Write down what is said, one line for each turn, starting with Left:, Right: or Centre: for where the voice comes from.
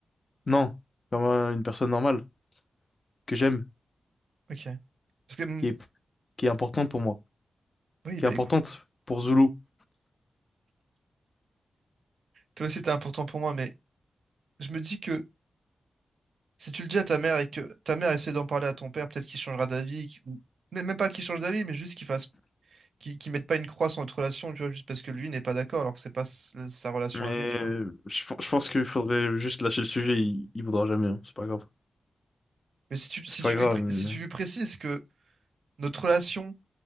Left: Non, comme euh, une personne normale que j'aime,
Right: Ok. Parce que, hum,
Left: qui est, qui est importante pour moi,
Right: oui,
Left: qui
Right: bah
Left: est importante
Right: écoute,
Left: pour Zulu.
Right: toi aussi, t'es important pour moi, mais je me dis que si tu le dis à ta mère et que ta mère essaie d'en parler à ton père, peut-être qu'il changera d'avis, qu'il- ou mais même pas qu'il change d'avis, mais juste qu'il fasse, qu'il qu'il mette pas une croix sur notre relation, tu vois, juste parce que lui n'est pas d'accord, alors que c'est pas s- sa relation
Left: Mais
Right: à lui, tu vois.
Left: euh, je, pen- je pense qu'il faudrait juste lâcher le sujet, il, il voudra jamais, hein, C'est pas grave.
Right: Mais si tu, si
Left: C'est pas
Right: tu
Left: grave.
Right: lui, pré-
Left: mais-
Right: si tu lui précises que notre relation,